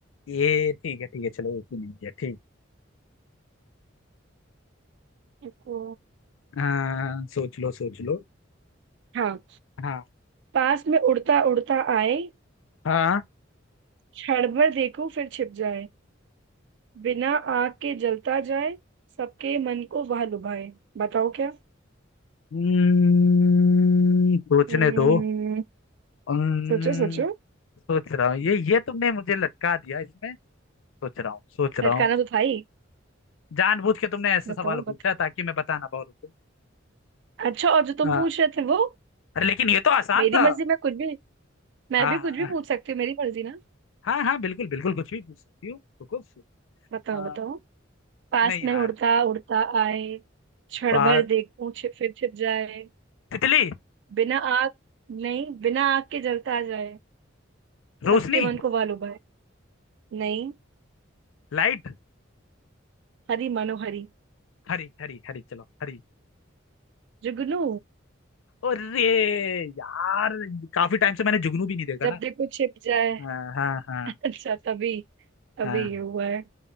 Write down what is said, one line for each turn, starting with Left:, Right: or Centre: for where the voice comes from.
Left: ये ठीक है ठीक है चलो एक ही नहीं किया ठीक
Right: रुको
Left: हाँ सोच लो सोच लो
Right: हाँ
Left: हाँ
Right: पास में उड़ता उड़ता आए
Left: हाँ
Right: क्षण भर देखूं फिर छिप जाए बिना आग के जलता जाए सबके मन को वह लुभाए बताओ क्या
Left: हम्म, सोचने
Right: हम्म
Left: दो हम्म,
Right: सोचो सोचो
Left: सोच रहा हूँ ये ये तुमने मुझे लटका दिया इसमें सोच रहा हूँ सोच रहा
Right: लटकाना
Left: हूँ
Right: तो था ही
Left: जानबूझ के तुमने ऐसे
Right: बताओ
Left: सवाल पूछा ताकि मैं बता ना पाऊँ रुको
Right: अच्छा और जो तुम
Left: हाँ
Right: पूछ रहे थे वो
Left: अरे लेकिन ये तो आसान
Right: मेरी
Left: था
Right: मर्जी मैं कुछ भी मैं
Left: हाँ
Right: भी कुछ भी
Left: हाँ
Right: पूछ सकती हूँ मेरी मर्जी ना
Left: हाँ हाँ बिल्कुल बिल्कुल कुछ भी पूछ सकती हूँ तो कुछ
Right: बताओ
Left: आ,
Right: बताओ पास
Left: नहीं यार
Right: में उड़ता उड़ता आए क्षण
Left: पा
Right: भर देखूं छिप फिर छिप जाए
Left: तितली
Right: बिना आग नहीं बिना आग के जलता जाए
Left: रोशनी
Right: सबके मन को वालुभाए नहीं
Left: लाइट
Right: हरी मनोहरी
Left: हरी हरी हरी चलो हरी
Right: जुगनू
Left: अरे यार काफी टाइम से मैंने जुगनू भी नहीं देखा
Right: जब
Left: ना
Right: देखो छिप जाए
Left: हाँ हाँ हाँ
Right: <laughs> अच्छा तभी तभी
Left: हाँ
Right: ये हुआ है